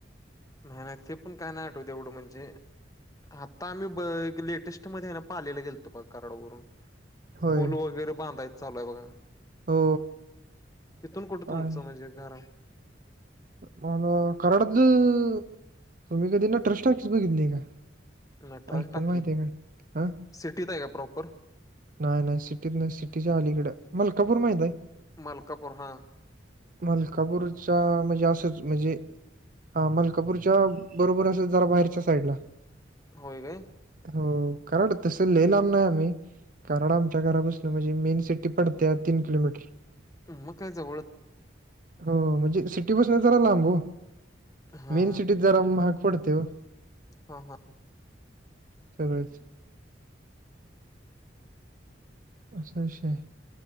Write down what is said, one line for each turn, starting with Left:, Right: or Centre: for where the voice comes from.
Left: नाही नाही ते पण काय नाही आठवत एवढं म्हणजे आता आम्ही ब लेटेस्ट मध्ये आहे ना पालेला गेलतो बघ कराडवरून.
Right: होय.
Left: पूल वगैरे बांधायच चालूय बघा.
Right: हो.
Left: तिथून कुठं तुमचं
Right: आहे.
Left: म्हणजे घर हाय?
Right: मला कराडतंऽ, तुम्ही कधी नटराज टॉकीज बघितलीय का?
Left: नटराज
Right: ऐकून
Left: टॉकी,,,
Right: माहिती आहे का? हा
Left: सिटीत आहे का प्रॉपर?
Right: नाही नाही सिटीत नाही,, सिटीच्या आली कडं मलाकापूर माहिती हाय?
Left: मलकापुर हां
Right: मलकापूरच्या म्हजे म्हजे असंच, म्हणजे हा मलकापूरच्या बरोबर असं जरा भायरच्या साईडला.
Left: होय काय.
Right: हो, कराड तसं लल लाम नाही आम्ही कराड आमच्या घरापसनं म्हणजे मेन सिटी पडत्या तीन किलोमीटर
Left: हम्म मग काय जवळच
Right: हो, म्हणजे सिटीपसनं जरा लांब ओ.
Left: हा
Right: मेन सिटीत जरा म्हाग पडतय ओ
Left: हा हा
Right: सगळंच. असा ईशय हाय.